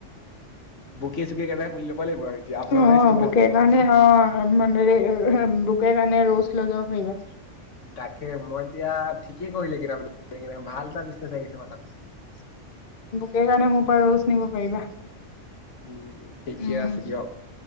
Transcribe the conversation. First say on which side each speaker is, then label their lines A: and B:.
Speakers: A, on the left (about 75°); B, on the left (about 50°).
A: বুকে -চুকে একেবাৰে খুলি লব লাগিব আৰু এতিয়া আপোনাৰ
B: উম।
A: পৰাই
B: অ
A: ষ্টক
B: বুকে
A: উঠাব লাগিব
B: কাৰণে
A: আৰু।
B: অ মানে বুকে কাৰণে ৰ'জ লৈ যাব পাৰিবা।
A: তাকে মই এতিয়া ঠিকেই কৰিলে <unintelligible> ভাল এটা বিছনেজ আহিছে মাথাত।
B: সেইকাৰণে মোৰ পৰা ৰ'জ নিব পাৰিবা।
A: উম ঠিকে
B: উম,
A: আছে দিয়ক